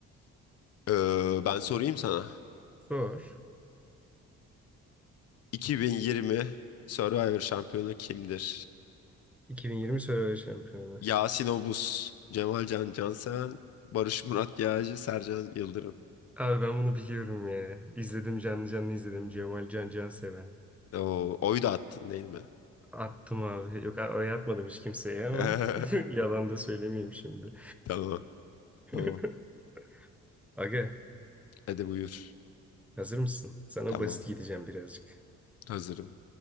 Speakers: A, on the left; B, in the centre.
A: Ee, ben sorayım sana.
B: Sor.
A: 2020 Survivor şampiyonu kimdir?
B: 2020 Survivor Şampiyonu.
A: Yasin Obuz, Cemalcan Canseven, Barış Murat Yağcı, Sercan Yıldırım.
B: Abi ben bunu biliyorum ya. İzledim canlı canlı izledim. Cemal Can Canseven.
A: Oo, oy da attın değil mi?
B: Attım abi. Yok a- oy atmadım hiç kimseye ama
A: <laughs>
B: <laughs> yalan da söylemeyeyim şimdi.
A: Tamam,
B: <laughs>
A: tamam.
B: Aga
A: Hadi buyur.
B: hazır mısın? Sana
A: Tamam,
B: basit gideceğim birazcık.
A: hazırım.